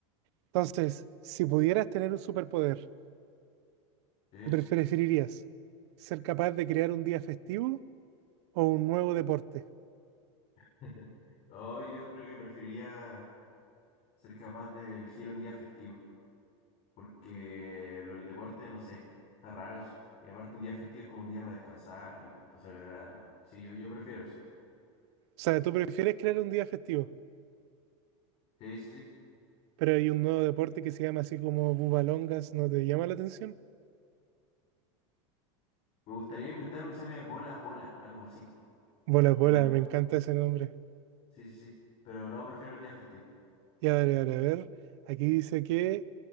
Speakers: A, on the right; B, on the left.
A: Entonces, si pudieras tener un superpoder,
B: ¿sí?
A: ¿qué preferirías? ¿Ser capaz de crear un día festivo o un nuevo deporte?
B: <laughs> No, yo creo que preferiría ser capaz de elegir un día festivo. porque lo del deporte, no sé, está raro eso. Y aparte un día festivo es como un día para descansar y para celebrar algo. Sí, yo, yo prefiero eso.
A: O sea, ¿tú prefieres crear un día festivo?
B: Sí, sí, sí.
A: Pero hay un nuevo deporte que se llama así como Bubalongas, ¿no te llama la atención?
B: Me gustaría inventar uno que se llame bola a pola, algo así.
A: Bola bola,
B: Pero,
A: me encanta ese nombre.
B: sí, sí, sí. Pero no, prefiero el día festivo.
A: Ya, a ver, a ver, a ver. aquí dice que,